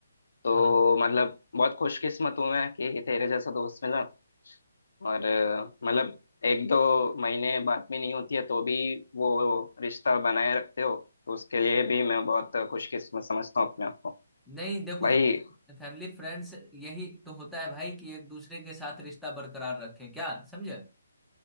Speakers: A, on the left (about 75°); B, in the centre.
A: तो
B: हाँ हाँ।
A: मतलब बहुत खुशकिस्मत हूं मैं कि तेरे जैसा दोस्त मिला और अ, मतलब एक दो महीने बात भी नहीं होती है तो भी वो रिश्ता बनाए रखते हो तो उसके लिए भी मैं बहुत खुशकिस्मत समझता हूँ अपने आप को
B: नहीं देखो
A: भाई
B: फैमिली फ्रेंड्स यही तो होता है भाई कि एक दूसरे के साथ रिश्ता बरकरार रखें क्या समझे